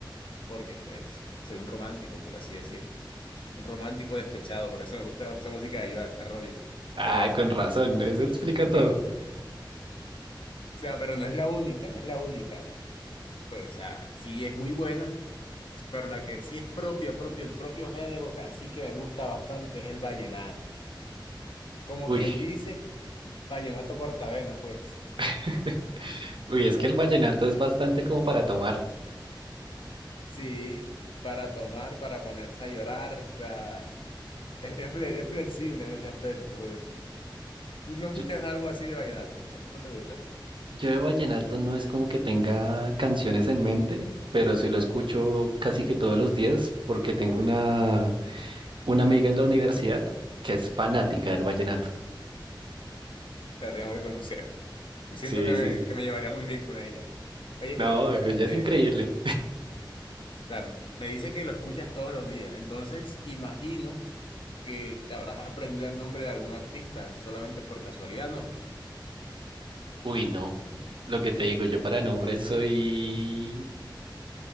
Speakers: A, on the left; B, on the right.
A: porque, pues, soy un romántico, por así decirlo. un romántico despechado, por eso me gusta la- esa música de Joe Arroyo.
B: <laughs> ah,
A: Pero,
B: con razón, eso explica
A: <laughs> o
B: todo.
A: sea, pero no es la única, no es la única. Pues, o sea, sí es muy buena, pero la que sí es propia, propio, el propio género que así que me gusta bastante es el vallenato. Como
B: Uy,
A: quien dice, vallenato cortavena, pues. <laughs>
B: <laughs> uy, es que el vallenato es bastante como para tomar.
A: Sí, para tomar, para ponerse a llorar, o sea, es, es fle- es flexible en ese aspecto, pues. ¿Tú no escuchas
B: Yo,
A: algo así de vallenato? ¿No, no te gusta?
B: yo de vallenato no es como que tenga canciones en mente, pero sí lo escucho casi que todos los días porque tengo una una amiga en la universidad que es fanática del vallenato.
A: La tengo que conocer. Siento
B: Sí,
A: que me,
B: sí, sí.
A: que me llevaría muy bien con ella. Oye,
B: No,
A: pero,
B: ella
A: eh,
B: es increíble.
A: o sea, me dice que lo escuchas todos los días. Entonces, imagino que te habrás aprendido el nombre de algún artista solamente por casualidad, ¿no?
B: Uy, no. Lo que te digo, yo para nombres soy,